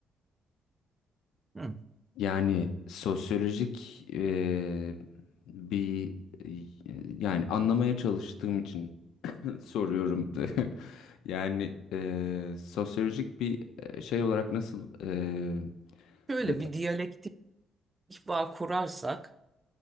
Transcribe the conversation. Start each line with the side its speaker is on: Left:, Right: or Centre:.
Right: Hı.
Left: Yani sosyolojik e, bir e, yani anlamaya çalıştığım için soruyorum. <laughs> Yani eee, sosyolojik bir eee, şey olarak nasıl eee,
Right: Böyle
Left: e,
Right: bir diyalektik bağ kurarsak